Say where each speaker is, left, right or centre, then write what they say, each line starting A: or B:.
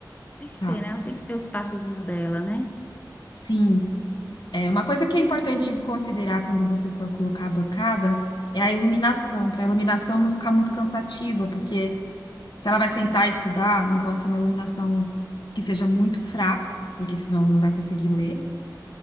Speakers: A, on the left (about 20°); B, on the left (about 75°).
A: Tem que
B: Tá.
A: ter, né? Ela tem que ter os passozinhos dela, né?
B: Sim, é uma coisa que é importante considerar quando você for colocar a bancada é a iluminação, para a iluminação não ficar muito cansativa, porque se ela vai sentar e estudar, não pode ser uma iluminação que seja muito fraca, porque senão não vai conseguir ler,